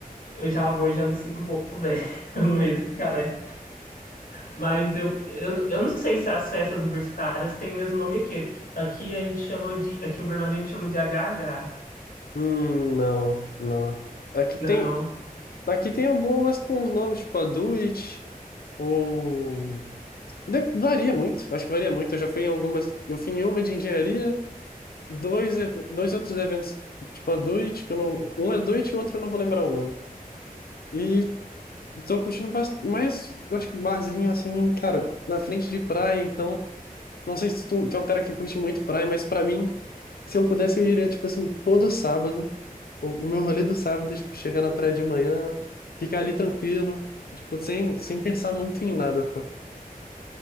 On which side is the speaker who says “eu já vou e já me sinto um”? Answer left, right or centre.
Left